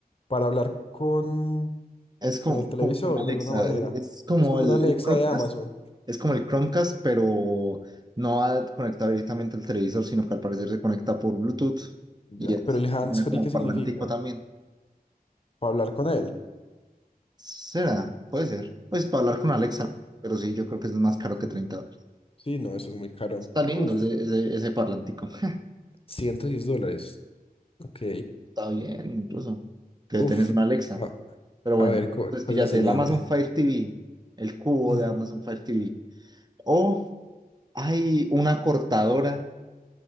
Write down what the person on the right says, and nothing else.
Es como,
como con Alexa.
Es, es como
el,
el Chromecast.
Es como el Chromecast, pero no va conectado directamente al televisor, sino que al parecer se conecta por Bluetooth.
Y es,
funciona
como
parlantico también.
Será, puede ser. Pues para hablar con
Alexa, pero sí, yo creo que es más caro que 30
dólares.
Está lindo
ese, ese, ese parlantico. <laughs>
Está bien, incluso. Que
tenés una Alexa.
Pero bueno,
entonces
píllate
el Amazon Fire TV, el cubo
de Amazon Fire TV. O hay una cortadora